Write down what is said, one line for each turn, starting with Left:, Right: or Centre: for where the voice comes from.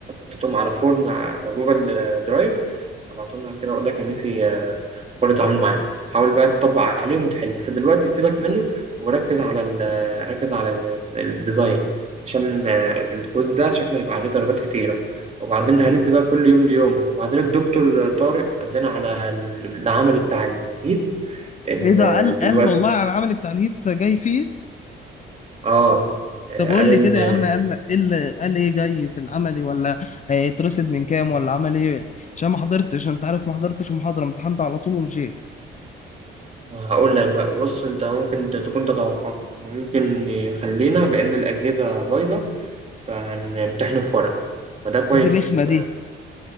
Right: حطيتهم على فورم على جوجل آه، درايف هبعتهم لك كده اقول لك النسي آه، قرر اتعامل معاه حاول بقى تطبق عليهم وتحل بس دلوقتي سيبك منه وركز على ال ركز على ال- الديزاين عشان آه، الكويز ده شكله هيبقى عليه درجات كتيرة وبعدين هندي بقى كل يوم ليومه وبعدين الدكتور طارق قال على العمل بتاع الهيت ان
Left: ايه ده
Right: آه،
Left: قال
Right: دلوقتي
Left: قال والله على العمل بتاع الهيت جاي فيه
Right: اه آه،
Left: طب قول
Right: قال
Left: لي كده
Right: ان
Left: يا عم قال ايه اللي قال ايه جاي في العملي ولا هيترصد من كام ولا عمل ايه عشان ما حضرتش انت عارف ما حضرتش المحاضره امتحنت على طول ومشيت
Right: هقول لك بقى بص انت ممكن تكون تتوقع انه ممكن يخلينا لان الاجهزه بايظه فهنمتحنه في ورق فده كويس
Left: دي الرخمه دي